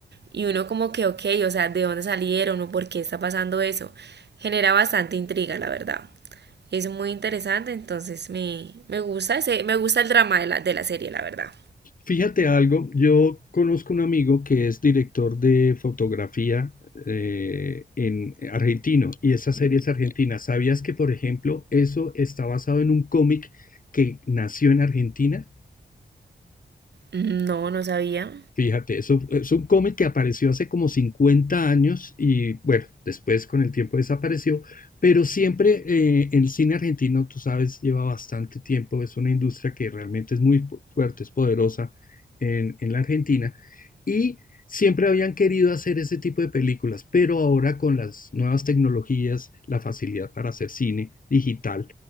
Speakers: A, on the right; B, on the left.
A: y uno como que, ok, o sea, ¿de dónde salieron o por qué está pasando eso? Genera bastante intriga, la verdad. Es muy interesante, entonces me, me gusta ese- me gusta el drama de la, de la serie, la verdad.
B: Fíjate algo, yo conozco un amigo que es director de fotografía eh, en eh, argentino y esa serie es argentina. ¿Sabías que, por ejemplo, eso está basado en un cómic que nació en Argentina?
A: No, no sabía.
B: Fíjate, es un, es un cómic que apareció hace como 50 años y bueno, después con el tiempo desapareció, pero siempre eh, el cine argentino, tú sabes, lleva bastante tiempo, es una industria que realmente es muy fu- fuerte, es poderosa en, en la Argentina y siempre habían querido hacer ese tipo de películas, pero ahora con las nuevas tecnologías, la facilidad para hacer cine digital,